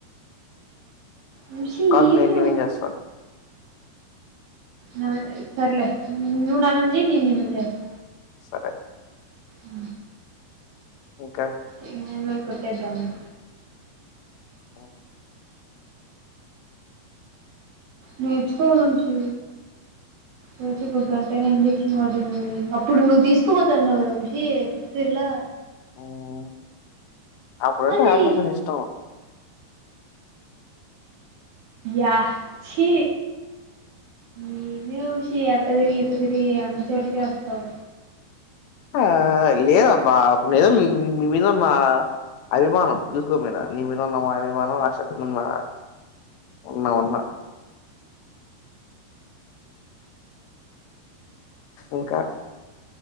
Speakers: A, on the right; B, on the left.
A: వంశీ
B: కాబట్టి
A: ఏమి
B: నేను
A: వ
B: నువ్వేం చేస్తాను
A: నా మీద సర్లే నువ్వు నా మీద జై నేను నీ మీద చేస్తా
B: సరే
A: ఉ
B: ఇంకా
A: ఏం లే కొట్టేద్దాం లే
B: ఓ <unintelligible>
A: నేర్చుకోవలి వంశీ రోజుకి ఒక గంటైనా ఇంజెక్షన్ వా హమ్ అప్పుడు నువ్వు తీసుకుపోతాన్నావు కదా వంశీ ఫిఫ్త్ ఇయర్లో
B: హ్మ్. అప్పుడంటే
A: మళ్ళీ
B: ఆశ పని ఇష్టం
A: యా చి ఏంది వంశీ అట్ట తిరిగి ఇట్ట తి మీరి ఎ అన్న చోటికి వస్తావు
B: ఆహ్ లేదబ్బ అప్పుడు ఏదో మీ మీద ఉన్న అభిమానం తీసుకోపోయినా నీ మీద ఉన్న అభిమానం ఆ <unintelligible> చెప్ప ఉన్న ఉన్నా ఉన్నా ఇంకా